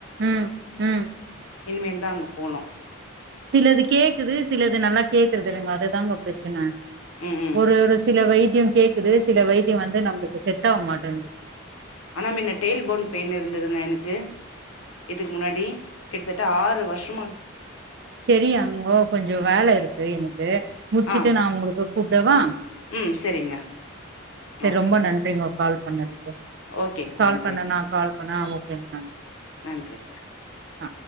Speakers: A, on the right; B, on the left.
A: ம் ம்
B: இனிமேல் தா அங்க போலு
A: சிலது கேக்குது சிலது நல்லா கேக்குறதுல்லங்க அதுதாங்கொ பிரச்சன
B: ம் ம்
A: ஒரு ஒரு சில வைத்தியொ கேக்குது சில வைத்தியொ வந்து நம்ளுக்கு செட்டாவ மாட்டென்து
B: ஆனா மின்ன டெயில் போன் பெயின் இருந்ததுங்க எனக்கு இதுக்கு முன்னாடி கிட்டத்தட்ட ஆறு வர்ஷமா
A: செரி அங்கோ கொஞ்சோ வேல இருக்கு எனக்கு முட்ச்சுட்டு
B: ஆ
A: நா உங்களுக்கு கூப்டவா?
B: ம் சரிங்க
A: செர்
B: ஓகே
A: ரொம்ப நன்றிங்கோ கால் பண்ணது
B: ஓகேங்க
A: கால்
B: நன்றி
A: பண்ண நா கால் பண்ணே ஓகே <unintelligible>
B: நன்றிங்க
A: அ